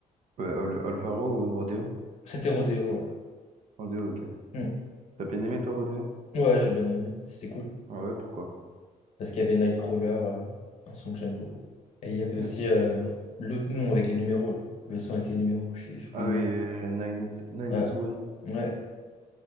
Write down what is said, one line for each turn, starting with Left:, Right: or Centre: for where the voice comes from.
Right: Ouais, Al- Alfaro ou Rodeo?
Left: C'était Rodeo, ouais.
Right: Rodeo, ok.
Left: Hmm.
Right: T'as bien aimé toi, Rodeo?
Left: Ouais, j'ai bien aimé. C'était cool.
Right: Ah ouais, pourquoi?
Left: parce qu'il y avait Nightcrawler, euh, un son que j'aime beaucoup. Et il y avait aussi
Right: Ouais, c'est
Left: euh,
Right: c'est toi.
Left: l'autre nom avec les numéros, là. Le son avec les numéros, j'ai j'ai oublié
Right: Ah
Left: le
Right: oui,
Left: nom.
Right: euh, 9021.
Left: Ouais, ouais,